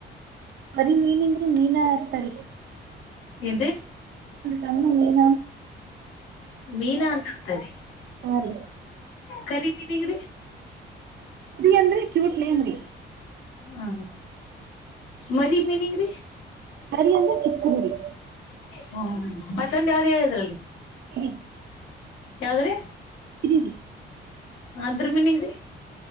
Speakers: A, on the right (about 60°); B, on the left (about 85°).
A: ಬರಿೀ ಮೀನಿಂದ್ರಿ ಮೀನಾ ಇರ್ತಾರಿ
B: ಎ
A: ಕಣ್ಣು ಮೀನ
B: ಮೀನಾ ಅಂತತರಿ
A: ಹಾ ರೀ
B: ಕರಿ ಮೀನಿಂಗ್ರೀ
A: ಕುುದ ಅಂದ್ರೆ ಕ್ಯೂಟ್ ನೇನ್ೀ
B: ಹಾ ಮರಿ ಮೀನಿಂಗ್ರೀ
A: ಅರಿಂದ್ರ ಚಿಕ್ಕಗರಿ
B: ಹ್ಮ ಮತ್ತೊಂದು ಯಾವ್ದ್ ಹೇಳಿದ್ರಲ್ರಿ
A: ಇ
B: ಯಾವ್ದ್ರಿ
A: ಇದಿ
B: ಅದ್ರ ಮನ್ಂಗೀ